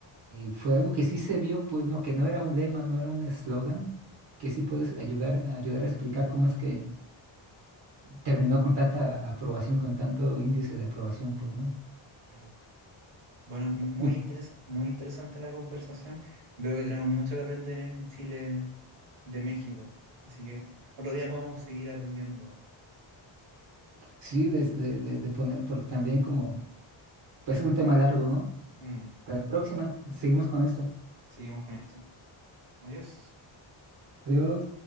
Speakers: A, on the right; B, on the right.
A: Y fue algo que sí se vio, pues, ¿no? Que no era un lema, no era un eslogan, que sí puedes ayudar, ayudar a explicar cómo es que terminó con tanta aprobación, con tanto índice de aprobación, pues, ¿no?
B: claro. Bueno, mu- muy
A: Mm,
B: interes- muy interesante la conversación. Veo que tenemos mucho que aprender en Chile de México. Así que otro día podemos seguir aprendiendo.
A: Sí, de, de- de- de poner, porque también como, pues es un tema largo, ¿no?
B: Mm,
A: Para la próxima, seguimos con esto.
B: seguimos con esto. Adiós.
A: Adiós.